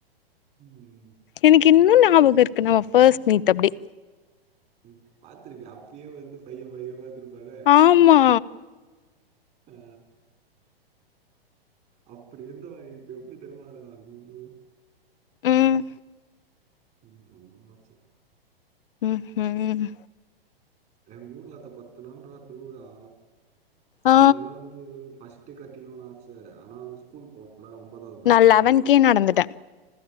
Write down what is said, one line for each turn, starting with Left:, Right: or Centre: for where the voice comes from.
Right: உம்
Left: எனக்கு இன்னு ஞாபகோ இருக்கு நம்ம ஃபஸ்ட் மீட் அப்டி
Right: ம் பாத்துருப்பியே அப்பயே வந்து பையன் பயங்கரமா இருந்துருப்பாரே
Left: ஆமா
Right: ஆ அப்டி இருந்தவ இப் ப எப்டி தெர்மா இருக்கா ஐயோயோ
Left: ம்
Right: ம் ரொம்ப மோசோ
Left: ம் ஹூம்
Right: எங் ஊர்ல அத பத்து நாள் ராத் திருவுழா
Left: ஆ
Right: எங்குல வந்து ஃபஸ்ட் கட்டினு ஆச ஆனா வந்து ஸ்கூல் போனுல ஒம்பதாது படிக்கு
Left: நா
Right: போது
Left: லெவன்கே
Right: அது
Left: நடந்துட்டே